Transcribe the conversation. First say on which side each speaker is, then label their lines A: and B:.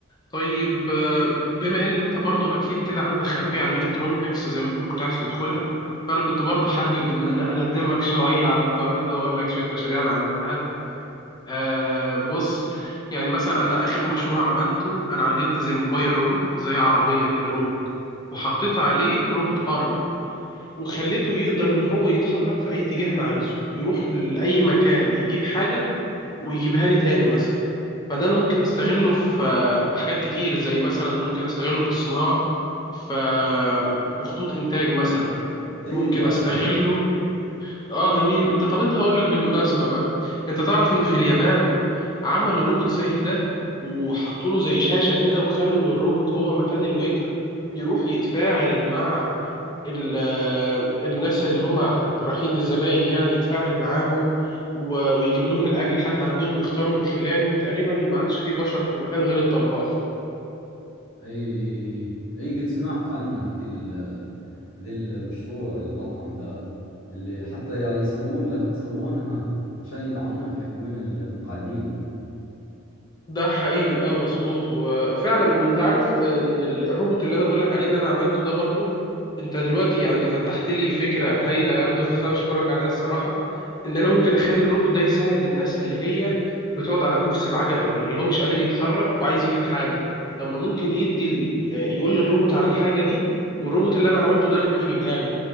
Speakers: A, on the left; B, on the left.
A: طيب آه، بما ان انت برضو اكيد كده عندك خلفية عن ميكاترونكس زي ما انت بتقول كنت عايز تدخلها فانا كنت برضو حابب ان انا اندمك <laughs> شوية على القرار ده واقول لك شوية مشاريع انا عملتها آه بص يعني مثلا انا اخر مشروع عملته انا عجبت زي موبايل روبوت زي عربية كده روبوت وحطيت عليه روبوت ارم وخليته يقدر ان هو يتحرك في اي اتجاه انا عايزه يروح لاي مكان يجيب حاجه ويجيبها لي تاني مثلا فده انا ممكن استغله في في حاجات كتير زي مثلا ممكن استغله في الصناعه ف- في خطوط انتاج مثلا
B: اي
A: ممكن
B: فاهمك
A: استغله اه جميل انت طب انت هقول لك بالمناسبة بقى انت تعرف ان في اليابان عملوا روبوت زي ده وحطوا له زي شاشة كده وخلوا ان الروبوت هو مكان الويتر يروح يتفاعل مع ال- الناس اللي هم رايحين الزباين يعني يتفاعل معاهم و- ويجيب لهم الاكل لحد عندهم ويختاروا من خلاله وتقريبا ما عادش فيه بشر في المكان غير الطباخ
B: اي اي اي اي قد سمعت عنه هذي ال- ذي المشروع المطعم ذا اللي حتى يعني يسوون له سوونها عشان يدعمون حقون المقعدين
A: ده حقيقي اه مظبوط وفعلا وانت عارف ان ال- الروبوت اللي انا بقول لك عليه ان انا عملته ده برضو انت دلوقتي يعني فتحت لي فكره هايله يا رضا <laughs> انا اشكرك عليها الصراحه ان انا ممكن اخلي الروبوت ده يساعد الناس اللي هي بتقعد على كرسي بعجل او اللي هو مش قادر يتحرك وعايز يجيب حاجه طب ما ممكن يدي ال... يعني يقول للروبوت على الحاجه دي والروبوت اللي انا عملته ده يروح يجيبها له